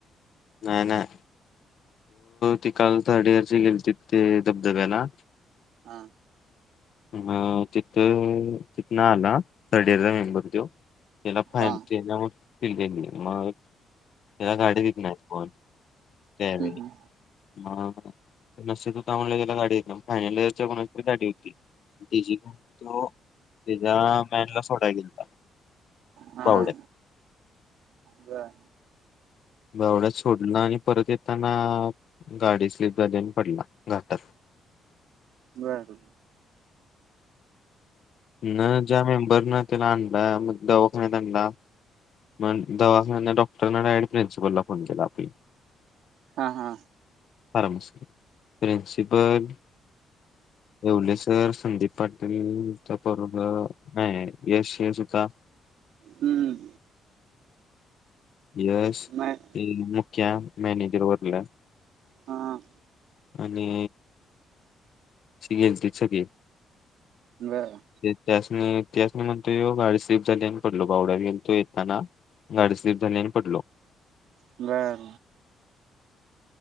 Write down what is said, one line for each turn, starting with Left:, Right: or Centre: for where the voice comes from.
Left: नाही नाही ती काल थर्ड ईयरची गेलीहोती धबधब्या ना
Right: हा
Left: अ तिथ तिथ ना आल थर्ड मेंब बघ त्यो त्याला फाईनल
Right: हा
Left: मग त्याला गाडी बी येत नाही होय झाल
Right: हम्म
Left: ह त का म्हलं गेला गाडी येत ना फायनल इयर पणरी गाडी होती तकून तो तच्या मॅनला सोडा घेलाहोता
Right: हा
Left: बावड्या
Right: हा बर
Left: गवड्यात सोडला आणि परत येताना गाडी स्लीप झाली आणि पडला घाटात.
Right: बर
Left: न ज्या मेंबर ना त्याला आणला मग दवाखान्यात आणला मग दवाखान्याना डॉक्टरना डायट प्रि्सिपलला फोन केला आपली
Right: हा हा
Left: पारामश प्रिन्सिपॉल एवढ सर संदीप पाटीलचा पोरग नाही यश यश होता
Right: हम्म
Left: यश
Right: मैं
Left: मुख्या मॅनेजर वरलं
Right: हा
Left: आणि <unintelligible>
Right: बर
Left: एक त्यासने त्यासने म्हणतो यो गाडी स्लिप झाली आणि पडलो बावड्यान तो येताना. गाडी स्लिप झाली आणि पडलो
Right: बर